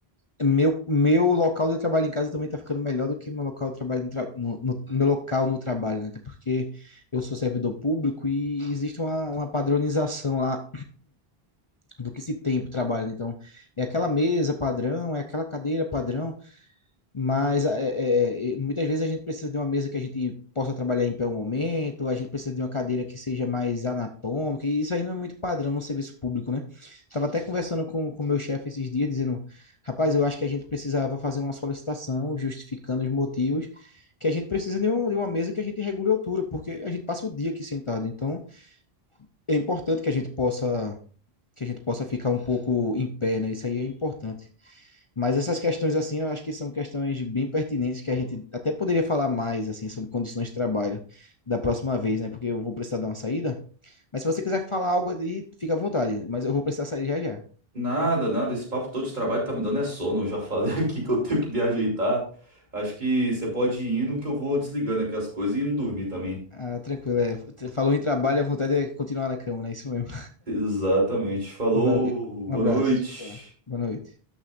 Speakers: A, on the left (about 35°); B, on the right (about 45°).
A: é, meu, meu local de trabalho em casa também está ficando melhor do que meu local de trabalho no, tra- no, no- meu local no trabalho, né? Até porque eu sou servidor público e existe uma, uma padronização lá do que se tem para o trabalho, né? Então, é aquela mesa padrão, é aquela cadeira padrão. Mas é, é, é, muitas vezes a gente precisa de uma mesa que a gente possa trabalhar em pé um momento, a gente precisa de uma cadeira que seja mais anatômica, e isso aí não é muito padrão no serviço público, né? Estava até conversando com o meu chefe esses dias, dizendo: rapaz, eu acho que a gente precisava fazer uma solicitação justificando os motivos, que a gente precisa de, um- de uma mesa que a gente regule a altura, porque a gente passa o dia aqui sentado. Então é importante que a gente possa, que a gente possa ficar um pouco em pé, né? Isso aí é importante. Mas essas questões, assim, eu acho que são questões bem pertinentes que a gente até poderia falar mais, assim, sobre condições de trabalho da próxima vez, né? Porque eu vou precisar dar uma saída. Mas se você quiser falar algo aí, fica à vontade. Mas eu vou precisar sair já já.
B: Nada, nada. Esse papo todo de trabalho tá me dando é sono. Eu já falei <laughs> aqui que eu tenho que me ajeitar. Acho que você pode ir indo que eu vou desligando aqui as coisas e indo dormir também.
A: Ah, tranquilo. É. Falou em trabalho, a vontade é continuar na cama, né? Isso mesmo.
B: Exatamente.
A: <laughs>
B: Falou,
A: Valeu. Um
B: boa
A: abraço.
B: noite.
A: Tchau, tchau. Boa noite.